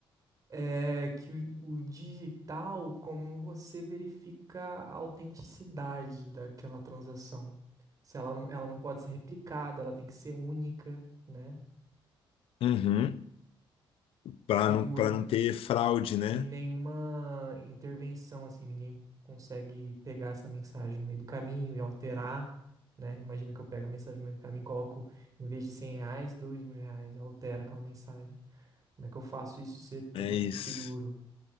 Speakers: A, on the right; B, on the left.
A: É que o, o digital, como você verifica a autenticidade daquela transação. Se ela, não- ela não pode ser replicada, ela tem que ser única, né?
B: Uhum. Para
A: E segura.
B: não, para não ter fraude, né?
A: E nenhuma intervenção, assim, ninguém consegue pegar essa mensagem no meio do caminho e alterar, né? Imagina que eu pego a mensagem no meio do caminho e coloco, em vez de 100 reais, dois mil reais, eu altero aquela mensagem. Como é que eu faço isso ser totalmente
B: É isso.
A: seguro?